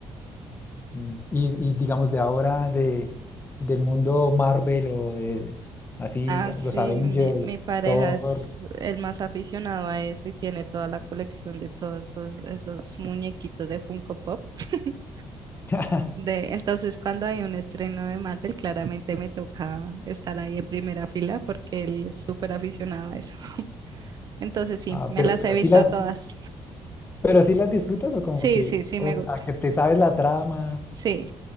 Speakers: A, on the left (about 20°); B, on the right (about 40°).
A: Mm, Y, y digamos de ahora de, del mundo Marvel o de así
B: Ah, sí,
A: los Avengers,
B: mi, mi pareja
A: Thor.
B: es el más aficionado a eso y tiene toda la colección de todos esos, esos muñequitos de Funko Pop. <laughs>
A: <laughs>
B: De, entonces, cuando hay un estreno de Marvel, claramente me toca estar ahí en primera fila porque él es súper aficionado a eso. Entonces, sí,
A: Ah,
B: me
A: pero,
B: las
A: pero
B: he visto
A: sí las,
B: todas.
A: pero sí las disfrutas o como
B: Sí,
A: que,
B: sí, sí,
A: o
B: me
A: sea,
B: gusta.
A: que te sabes la trama,
B: Sí,